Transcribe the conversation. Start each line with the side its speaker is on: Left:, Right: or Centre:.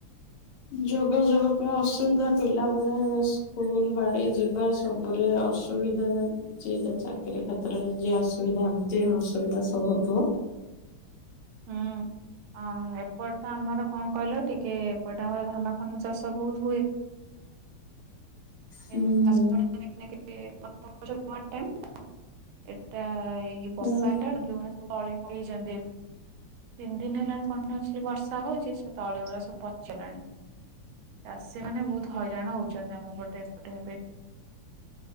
Left: ଯୋଗାଯୋଗ ପାଇଁ ଅସୁବିଧା ପିଲାମାନେ ସ୍କୁଲ୍ ବାଡି ଯିବା ସୁ ସବୁରେ ଅସୁବିଧା ଚାଲିଚି। ଯିଏ ଯୋଉ ଚାକିରି କ୍ଷେତ୍ରରେ ଯେ ଅସୁବିଧା ସବୁ ହଉଥୁବ।
Right: ହଁ। ଆଉ ଏପଟେ ଆମର କଣ କହିଲ ଟିକେ ଏପଟେ ଆମର ଧାନ ଫାନ ଚାଷ ବହୁତ ହୁଏ। <inaudible>
Left: ହୁଁ ହୁଁ
Right: ଚାଷଟା <inaudible> ଏଟା ଏଇ ବର୍ଷା ହେଲା ଯୋଉ ମାନେ
Left: ହୁଁ
Right: ସବୁ ତଳି ପକେଇଚନ୍ତି। ତିନି ଦିନ ହେଲାଣି କଣ୍ଟିନ୍ୟୁସଲି ବର୍ଷା ହଉଛି ସେ ତଳି ଗୁରା ସବୁ ପଚିଲାଣି। ଚାଷୀ ମାନେ ବହୁତ ହଇରାଣ ହଉଛନ୍ତି ଆମ ପଟେ ଏପଟେ ଏବେ।